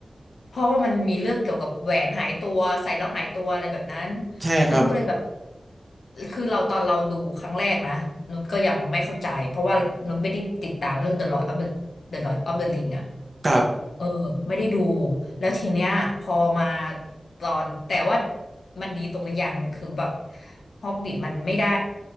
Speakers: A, on the left; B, on the right.
A: เพราะว่ามันมีเรื่องเกี่ยวกับแหวนหายตัวใส่แล้วหายตัวอะไรแบบนั้น
B: ใช่ครับ
A: แล้วนุชก็เลยแบบคือเราตอนเราดูครั้งแรกนะนุชก็ยังไม่เข้าใจเพราะว่านุชไม่ได้ติดตามเรื่อง The Lord of the The Lord of the Ring อะ
B: ครับ
A: เออไม่ได้ดูแล้วทีเนี้ยพอมาตอนแต่ว่ามันดีตรงอย่างหนึ่งคือแบบฮอบบิ t มันไม่ได้